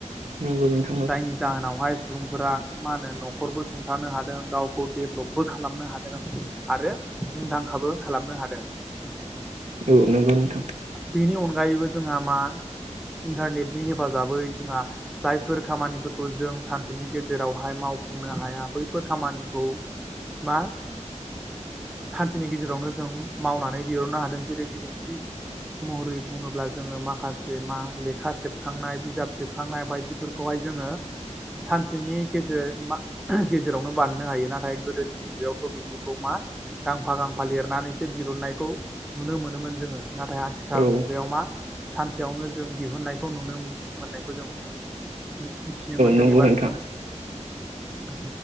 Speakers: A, on the right; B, in the centre.
A: नंगौ नोंथां
B: जायनि जाहोनावहाय सुबुंफोरा मा होनो न'खरबो सुंथानो हादों गावखौ डेभ्लपबो खालामनो हादों आरो मुंदांखाबो खालामनो हादों।
A: औ नोंगौ।
B: बेनि अनगा अनगायैबो जोंहा मा इन्टारनेटनि हेफाजाबै जोंहा जायफोर खामानिफोरखौ जों सानसेनि गेजेरावहाय मावफुंनो हाया बैफोर खामानिखौ मा सानसेनि गेजेरावनो जों मावनानै दिहुननो हादों जेरै बिदिन्थि महरै बुङोब्ला जोङो माखासे मा लेखा सेबखांनाय बिजाब सेबखांनाय बायदिफोरखौहाय जोङो सानसेनि गेजेर गेजेरावनो बानायनो हायो नाथाय गोदोनि मुगायावथ' बेफोरखौ मा गांफा गांफा लिरनानैसो दहुनन्नायखौ नुनो मोनोमोन जोङो। नाथाय आथिखाल
A: औ
B: मुगायाव मा सानसेयावनो जों दिहुननायखौ नुनो मोननायखौ जों मोनदों। मिथिनो मोनदों
A: नंगौ
B: एबा
A: नोंथां
B: नुनो मोनदों।